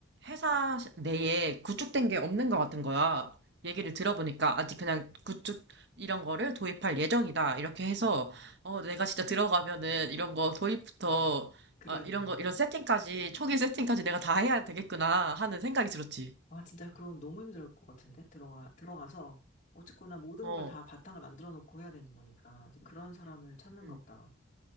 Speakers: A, on the right (about 55°); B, on the left (about 35°).
A: 회사 내에 구축된 게 없는 것 같은 거야. 얘기를
B: 어,
A: 들어보니까 아직 그냥 구축 이런 거를 도입할 예정이다. 이렇게 해서 어 내가 진짜 들어가면은 이런 거 도입부터
B: 그래야겠네.
A: 아 이런 거 이런 세팅까지 초기 세팅까지 내가 다 해야 되겠구나 하는 생각이 들었지.
B: 아, 진짜 그럼 너무 힘들 것 같은데? 들어가, 들어가서, 어쨌거나 모든
A: 어,
B: 걸 다 바탕을 만들어 놓고 해야 되는 거니까. 이제 그런 사람을 찾는가
A: 음,
B: 보다.